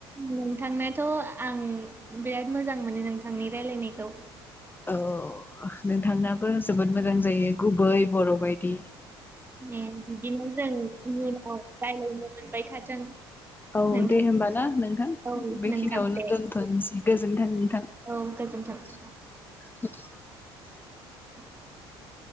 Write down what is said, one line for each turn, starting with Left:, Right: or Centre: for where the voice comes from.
Right: नोंथांनाथ' आं बिराद मोजां मोनो नोंथांनि रायलायनायखौ।
Left: औ औ नोंथांनाबो जोबोद मोजां जायो गुबै बर' बायदि।
Right: ए बिदिनो जों उनाव रायलायनो मोनबाय थाथों।
Left: औ
Right: नोंथां।
Left: दे होमबा ना नोंथां
Right: औ
Left: बेखिनियावनो
Right: नोंथां दे
Left: दोनथ'नोसै गोजोनथों नोंथां।
Right: औ गोजोन्थों।
Left: <inaudible>
Right: <inaudible>